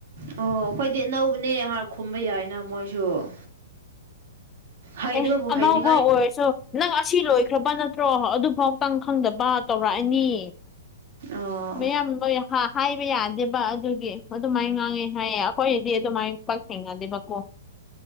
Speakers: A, on the right; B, on the left.
A: ꯑꯣ ꯑꯩꯈꯣꯏꯗꯤ ꯑꯅꯧꯕꯅꯦ ꯍꯥꯔ ꯈꯨꯝꯕ ꯌꯥꯏꯅ ꯃꯣꯏꯁꯨ ꯍꯩꯗꯕꯕꯨ
B: ꯑꯦ ꯑꯅꯧꯕ
A: ꯍꯩꯅꯤꯡꯉꯥꯏ
B: ꯑꯣꯏꯔꯁꯨ ꯅꯪ ꯑꯁꯤ ꯂꯣꯏꯈ꯭ꯔꯕ ꯅ ꯅꯠꯇ꯭ꯔꯣ ꯑꯗꯨꯐꯥꯎꯇꯪ ꯈꯪꯗꯕ ꯇꯧꯔꯛꯑꯅꯤ
A: ꯑꯥ
B: ꯃꯌꯥꯝ ꯂꯣꯏ ꯍꯥꯏꯕ ꯌꯥꯗꯦꯕ ꯑꯗꯨꯒꯤ ꯑꯗꯨꯃꯥꯏꯅ ꯉꯥꯡꯉꯦ ꯍꯥꯏꯌꯦ ꯑꯩꯈꯣꯏꯗꯤ ꯑꯗꯨꯃꯥꯏꯅ ꯄꯛ ꯊꯦꯡꯅꯗꯦꯕꯀꯣ